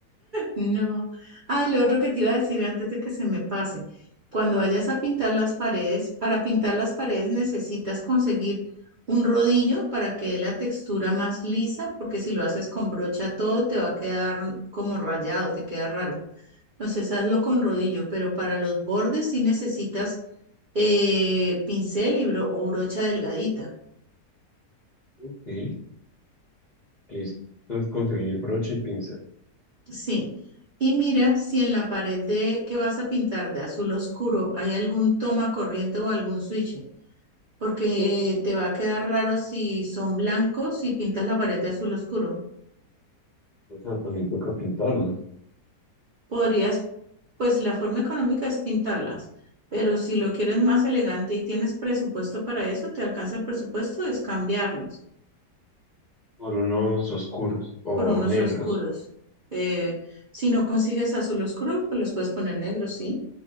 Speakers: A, on the right (about 65°); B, on the left (about 45°).
A: No. Ah, y lo otro que te iba a decir antes de que se me pase, cuando vayas a pintar las paredes, para pintar las paredes necesitas conseguir un rodillo para que dé la textura más lisa, porque si lo haces con brocha todo te va a quedar como rayado, te queda raro. Entonces hazlo con rodillo, pero para los bordes sí necesitas eh, pincel y bro- o brocha delgadita.
B: Ok, listo. Entonces conseguir broche y pincel.
A: Sí, y mira si en la pared de que vas a pintar de azul oscuro hay algún toma corriente o algún switch, porque eh, te va a quedar raro si son blancos y pintas la pared de azul oscuro.
B: O sea, también toca pintarlos
A: Podrías, pues la forma económica es pintarlas, pero si lo quieres más elegante y tienes presupuesto para eso, te alcanza el presupuesto, es cambiarlos
B: por unos oscuros o
A: por unos
B: negros.
A: oscuros. Eh, si no consigues azul oscuro, pues los puedes poner negros, ¿sí?